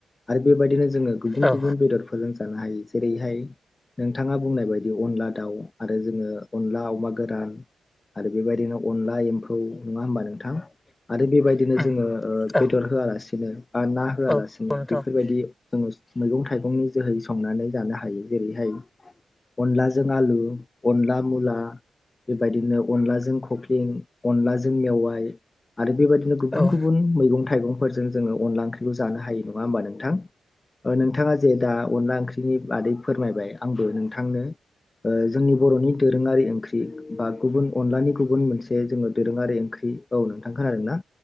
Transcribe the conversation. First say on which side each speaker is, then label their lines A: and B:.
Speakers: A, on the left (about 35°); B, on the left (about 20°).
A: आरो बेबायदि गुबुन
B: औ
A: - गुबुन बेदरफोरजों जानो हायो जेरैहाय नोंथाङा बुंनाय बायदि अनला दाउ आरो जोङो अनला अमा गोरान आरो बेबायदिनो अनला एम्फौ नङा होनोमबा नों थां आरो बेबायदिनो
B: उम
A: जोङो ओ
B: औ
A: बेदर होआलासिनो ना होआलासिनो
B: औ औ नोंथां
A: बेफोरबायदि जोङो मैगं थाइगंनि जोहै संनानै जानो हायो । जेरैहाय अनलाजों आलु अनला मुला बेबायदिनो अनलाजों खख्लिं अनलाजों मेवाइ आरो बेबायदिनो गुबुन
B: औ
A: गुबुन मैगं थाइगं । फोरजों जोङो अनला ओंख्रिखौ जानो हायो नङा होमबा नोंथां? नोंथाङा जे दा अनला ओंख्रिनि बादै फोरमायबाय आंबो नोंथांनो ओ जोंनि बर'नि दोरोङारि ओंख्रि बा गुबुन अनलानि गुबुन मोनसे जोङो दोरोङारि ओंख्रि औ नोंथां खोनादों ना?